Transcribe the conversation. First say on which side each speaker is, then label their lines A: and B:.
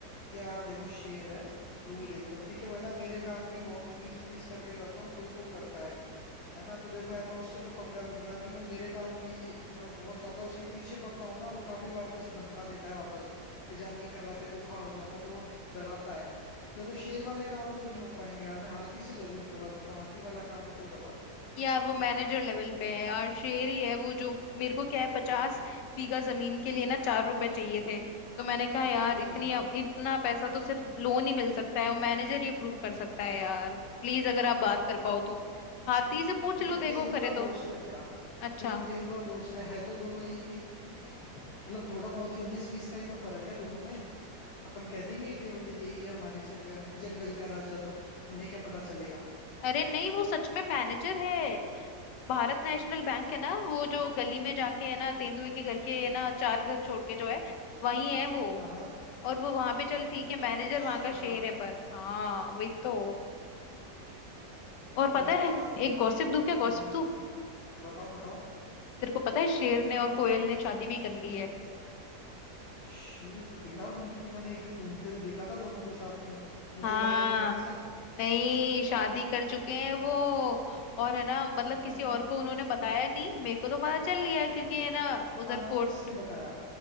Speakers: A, on the left; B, on the left.
A: यार देखो शेर है रूड
B: हम्म
A: एकदम ठीक है वो है ना मेरे काम भी बहुत प्लीज प्लीज करके करता हूँ तो ही वो करता है है ना तो देखो यार मैं उससे तो पंगा लूंगा नहीं वो मेरे काम भी मैं बहुत ज्यादा उसके पीछे पड़ता हूँ ना वो काफी बार तो ऐसे धमका देता है वापस कि जा नहीं कर रहा तेरे को खा और जाऊंगा तो वो डराता है देखो शेर वाले काम तो नहीं हो पाएंगे यार मैं हाथी से जरूर करवा सकता हूँ हाथी वाला काम है तो बताओ
B: यार वो मैनेजर लेवल पे है यार शेर ही है वो जो मेरे को क्या है पचास बीघा जमीन के लिए ना चार रुपए चाहिए थे तो मैंने कहा यार
A: अच्छा
B: इतनी इतना पैसा तो सिर्फ लोन ही मिल सकता है वो मैनेजर ही अप्रूव कर सकता है यार प्लीज अगर आप बात कर पाओ तो हाथी से पूछ
A: देखो
B: लो देखो
A: तेंदुआ
B: करे तो
A: दोस्त है मेरा
B: अच्छा
A: देखो तेंदुआ दोस्त है है तो दोनों एक ही
B: हम्म
A: मतलब थोड़ा बहुत उन्नीस बीस का ही तो फर्क है दोनों में अपन कह देंगे कि बोले यही है हमारे जंगल जंगल का राजा तो उन्हें क्या पता चलेगा
B: अरे नहीं वो सच में मैनेजर है भारत नेशनल बैंक है ना वो जो गली में जाके है ना तेंदुए के घर के है ना चार घर छोड़ के जो है वही है वो
A: हाँ हाँ
B: और वो वहां पे चल ठीक
A: अच्छा
B: है मैनेजर वहां का शेर है पर हाँ वही तो और
A: अरे
B: पता
A: यार
B: है एक गॉसिप दूं क्या गॉसिप
A: हम्म
B: दूं
A: बताओ बताओ
B: तेरे को पता है शेर ने और कोयल ने शादी भी कर ली है
A: शेर को यार उनकी तो मैंने एक दिन घूमते हुए देखा था दोनों को साथ में मुझे
B: हाँ
A: लगा फ्रेंड्स हैं
B: नहीं शादी कर चुके हैं वो और है ना मतलब
A: हाँ
B: किसी और को उन्होंने बताया नहीं मेरे को तो पता चल लिया
A: तो
B: क्योंकि है ना उधर
A: आपको
B: कोर्ट
A: किसने बताया